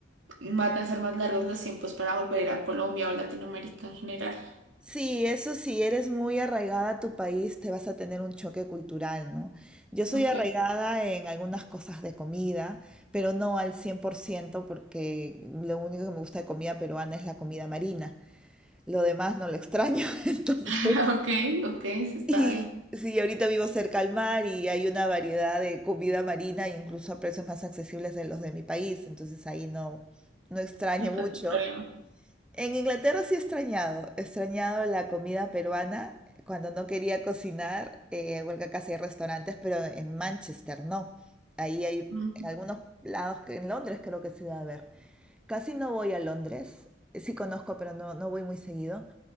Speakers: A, on the right; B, in the centre.
A: van a ser más largos los tiempos para volver a Colombia o Latinoamérica en general.
B: Sí, eso sí, eres muy arraigada a tu país, te vas a tener un choque cultural, ¿no? Yo soy
A: Ok,
B: arraigada en algunas cosas de comida, pero no al 100% porque lo único que me gusta de comida peruana es la comida marina. Lo demás no lo extraño, <laughs> entonces
A: <laughs> ok, ok, se está
B: sí,
A: bien,
B: sí, ahorita vivo cerca al mar y hay una variedad de comida marina, incluso a precios más accesibles de los de mi país, entonces ahí no, no extraño
A: no hay
B: mucho.
A: tanto problema.
B: En Inglaterra sí he extrañado, he extrañado la comida peruana cuando no quería cocinar, eh, porque acá sí hay restaurantes, pero en Manchester no. Ahí hay
A: Mm,
B: en algunos lados, que en Londres creo que se debe haber. Casi no voy a Londres, eh, sí conozco, pero no, no voy muy seguido.